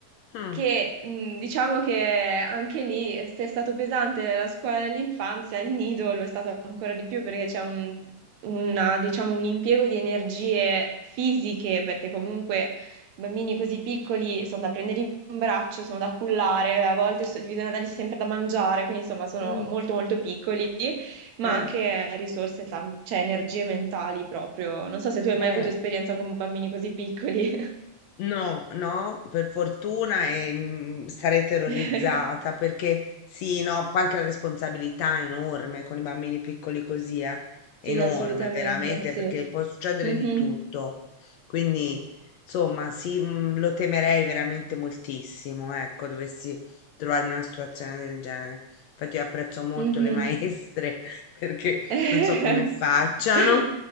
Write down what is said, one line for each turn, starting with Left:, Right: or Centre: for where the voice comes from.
Left: Ah.
Right: che mh, diciamo che anche lì, se è stato pesante la scuola dell'infanzia, il nido lo è stato ancora di più perché c'è un, una- diciamo, un impiego di energie fisiche, perché comunque... I bambini così piccoli sono da prendere in braccio, sono da cullare, a volte so- gli bisogna dargli sempre da mangiare, quindi insomma sono
Left: Mh.
Right: molto molto piccoli ma
Left: Eh,
Right: anche risorse, tan- cioè energie mentali proprio. Non so se tu hai
Left: eh.
Right: mai avuto esperienza con bambini così piccoli.
Left: No, no, per fortuna e, mm, sarei terrorizzata
Right: <laughs>
Left: perché sì, no, anche la responsabilità è enorme con i bambini piccoli così, eh, è
Right: Sì,
Left: enorme
Right: assolutamente,
Left: veramente
Right: sì.
Left: perché può succedere
Right: Mhm,
Left: di tutto. Quindi, insomma, sì, mm, lo temerei veramente moltissimo, ecco, dovessi trovarmi in una situazione del genere. Infatti io apprezzo molto
Right: mhm.
Left: le maestre <laughs> perché
Right: <laughs>
Left: non so come facciano.